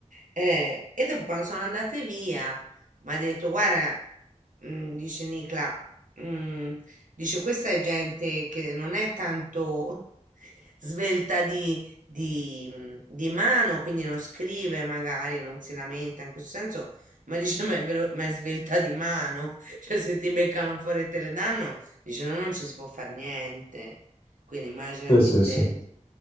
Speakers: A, on the right; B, on the left.
A: eh, e dopo quando sono andate via mi ha detto, guarda, mm, dice Nicla, mm, dice questa è gente che non è tanto <laughs> svelta di, di, mm, di mano, quindi non scrive magari, non si lamenta in questo senso, ma dice ma è, velo- ma è svelta di mano, <laughs> cioè se ti beccano fuori e te le danno, dice no, non ci si può fare niente. Quindi immaginati
B: Sì, sì,
A: te,
B: sì, è